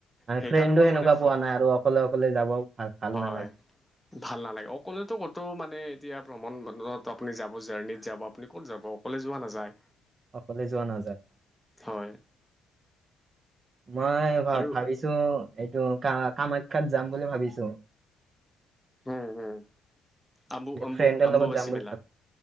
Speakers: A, on the right; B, in the centre.
A: মানে
B: সেইকাৰণে
A: ফ্ৰেণ্ডো
B: মই
A: সেনেকুৱা
B: মানে ফ
A: পোৱা নাই আৰু অকলে অকলে যাব ভাল ভাল
B: হয়,
A: নালাগে
B: ভাল নালাগে অকলেতো ক'তো মানে মানে এতিয়া ভ্ৰমণ বত আপুনি যাব জাৰ্ণিত যাব আপুনি ক'ত যাব অকলে যোৱা নাযায়?
A: অকলে যোৱা নাযায়।
B: হয়
A: মই ভা
B: আৰু
A: ভাবিছো এইটো কা কামাখ্যাত যাম বুলি ভাবিছো
B: উম হম আু অু
A: ফ্ৰেণ্ডৰ
B: আ্বুবচিমেলা
A: লগত যাম বুলি ভাবি